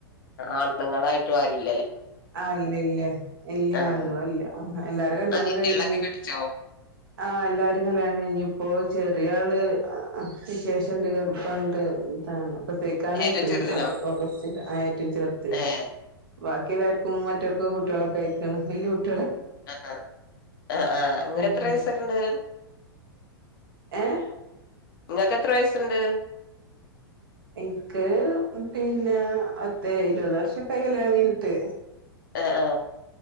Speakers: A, on the left (about 60°); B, on the right (about 65°).
A: ആണുങ്ങളൾായിട്ട് ആരുല്ലേ
B: ആ ഇല്ല ഇല്ല ഇല്ല
A: ആഹ്
B: ആണുങ്ങളും ഇല്ല എല്ലാരും കല്യാണം
A: അനിയത്തിയാളൊക്കെ
B: കഴിഞ്ഞഞ്
A: കെട്ടിച്ചോ
B: ആ എല്ലാരും കല്യാണം കഴിഞ്ഞഞ് ഇപ്പോ ചെറിയ ആള് വിശേഷം ഉണ്ട് കെറ്ബം ഉണ്ട് ഇതാണ് പ്രസവിക്കാൻ ആയയിക്ക്ണ്
A: ഏറ്റവും ചെറുതിനോ
B: ഓഗസ്റ്റില്ഏറ്റവും ചേർത്തിന്
A: ഏഹ്
B: ബാക്കില്ല മറ്റർക്കെ കുട്ടികളൊക്കെയി <unintelligible>
A: ആ ആ ആ ഇങ്ങെരെഎത്ര
B: ഉം
A: വയസൊക്കെണ്ട്
B: ഏഹ്
A: നിങ്ങക്ക് എത്ര വയസുണ്ട്
B: എക്ക് പിന്നെ അതേ ഇരുപത് വർഷം ഇപ്പ കല്യാണം കഴിഞ്ഞിട്ട്
A: ആ ആ